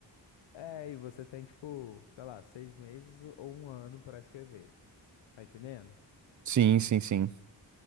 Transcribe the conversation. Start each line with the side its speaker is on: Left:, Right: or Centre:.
Left: É, e você tem, tipo, sei lá, seis meses ou um ano pra escrever. Tá entendendo?
Right: Sim, sim, sim.